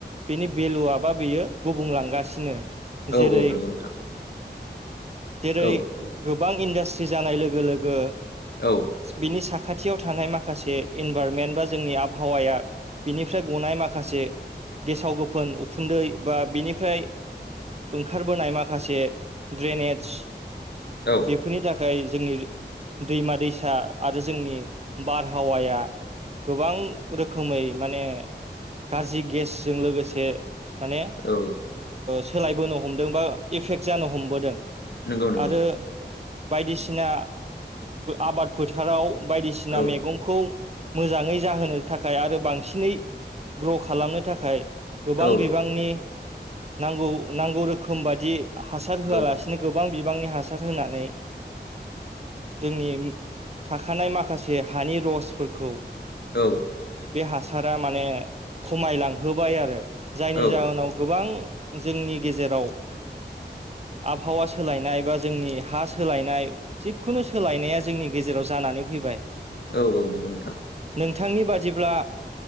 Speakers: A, on the right (about 35°); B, on the left (about 65°).
A: बेनि भेलुआ बा बेयो गुबुंलांगासिनो जेरै
B: औ औ नंगौ नोंथां
A: जेरै
B: औ
A: गोबां इन्डास्ट्रि जानाय लोगो लोगो
B: औ औ
A: बिनि साखा थियाव थानाय माखासे इनभाररनमेन्ट बा जोंनि आबहावाया बिनिफ्राय गनाय माखासे गेसाव गोफोन उखुन्दै बा बिनिफ्राय ओंखारबोनाय माखासे ड्रेनेडस
B: औ
A: बेफोरनि थाखाय जोंनि दैमा दैसा आरो जोंनि बारहावाया गोबां रोखोमै माने गाज्रि गेसजों लोगोसे माने
B: औ
A: सोलायबोनो हमदों बा एफेक्ट जानो हमबोदों
B: नंगौ नंगौ
A: आरो बायदिसिना आबाद फोथाराव बायदिसिना
B: औ
A: मेगंखौ मोजाङै जाहोनो थाखाय आरो बांसिनै ग्र' खालामनो थाखाय गोबां
B: औ
A: बिबांनि नांगौ नांगौ रोखोम बादि हासार होआलासिनो
B: औ
A: गोबां बिबांनि हासार होनानै जोंनि थाखानाय माखासे हानि रसफोरखौ
B: औ
A: बे हासारा माने खमायलांहोबाय आरो जायनि
B: औ
A: जाहोनाव गोबां जोंनि गेजेराव आबहावा सोलायनाय बा जोंनि हा सोलायनाय थिग खुनु सोलायनाया जोंनि गेजेराव जानानै फैबाय
B: औ औ नंगौ नोंथां
A: बिथांनि बादिब्ला